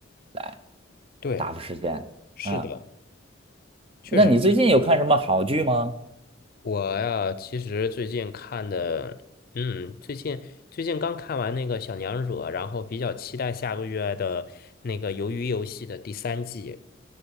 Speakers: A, on the right (about 30°); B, on the left (about 50°).
A: 来。
B: 对，
A: 打发时间啊。
B: 是的，确实是这样。
A: 那你最近有看什么好剧吗？
B: 我呀，其实最近看的，嗯，最近最近刚看完那个《小娘惹》，然后比较期待下个月的那个《鱿鱼游戏》的第三季。